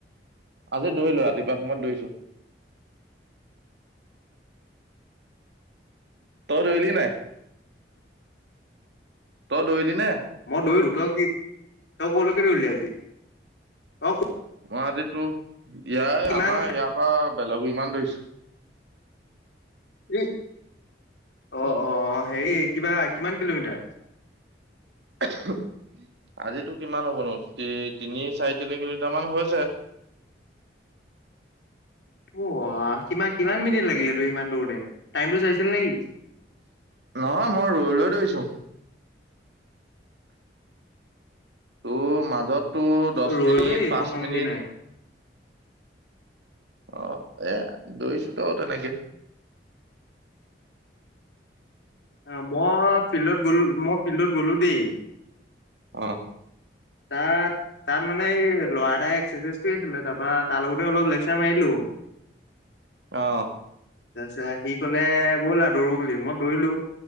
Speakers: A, on the right; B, on the left.
A: আজি দৌৰিলো ৰাতিপুৱা সময়ত দৌৰিছো। তই দৌলি নাই? তই দৌৰিলি নে?
B: মই দৰিলো, তই কি, তই কলৈকে দৌৰিলি আজি তই
A: মই আজিতো ইয়া
B: কিমান
A: আমাৰ ইয়াৰ পৰা বেলগুৰিমান দৌৰিছো।
B: উম। অ', অ' হেৰি কিবা কিমান কিলোমিটাৰ?
A: <unintelligible> আজিটো কিমান হ'বনো তি তিনি চাৰি তিনি কিলোমিটাৰ মান হৈছে।
B: <unintelligible> কিমান মিনিট লাগিলে তোৰ ইমান দৌৰোতে? টাইমটো চাইছিল নেকি
A: নহয় মই ৰৈ-ৰৈ দৌৰিছোঁ। তোৰ মাজত টোৰ দশ
B: ৰলো
A: মিনিট
B: দেই
A: পাঁচ
B: প্ৰথম
A: মিনিট
B: দিনাই
A: অহ এ দৈইছো ত তেনেকে।
B: অ', মই ফিল্ডত গলো, মই ফিল্ডত গলো দেই।
A: অ
B: তাত-তাত মানে এই লৰা এাই এক্সাৰচাইজ কৰিছিলে তাপা তাৰ লগতে অলপ লেকচাৰ মাৰিলো।
A: অ'।
B: তাৰ পিছত সি কলে বলা দৌৰো বুলি মই দৌৰিলো।